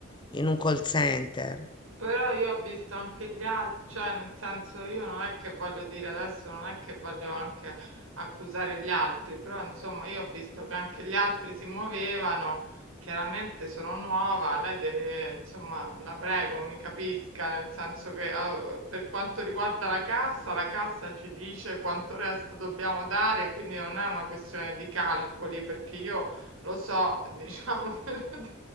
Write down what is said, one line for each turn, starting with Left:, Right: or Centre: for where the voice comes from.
Left: in un call center.
Right: Però io ho visto anche gli altri, cioè nel senso io non è che voglio dire adesso, non è che voglio anche accusare gli altri, però insomma io ho visto che anche gli altri si muovevano, chiaramente sono nuova, lei deve, insomma, la prego, mi capisca, nel senso che eh, per quanto riguarda la cassa, la cassa ci dice quanto resto dobbiamo dare, quindi non è una questione di calcoli, perché io lo so, diciamo, <laughs> me lo, di-